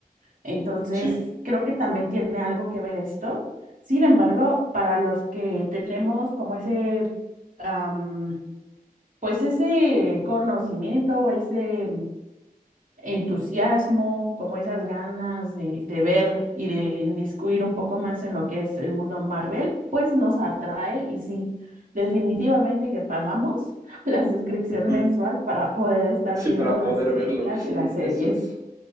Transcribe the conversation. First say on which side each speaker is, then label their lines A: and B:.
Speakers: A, on the right (about 60°); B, on the right (about 20°).
A: Entonces,
B: Sí.
A: creo que también tiene algo que ver esto. Sin embargo, para los que tenemos como ese... am, pues ese conocimiento o ese entusiasmo, como esas ganas de, de ver y de inmiscuir un poco más en lo que es el mundo Marvel, pues nos atrae y sí, definitivamente que pagamos <laughs> la suscripción
B: Uh -huh.
A: mensual para poder estar
B: Sí,
A: viendo
B: para
A: las
B: poder
A: películas
B: verlo, sí,
A: y las series.
B: eso es.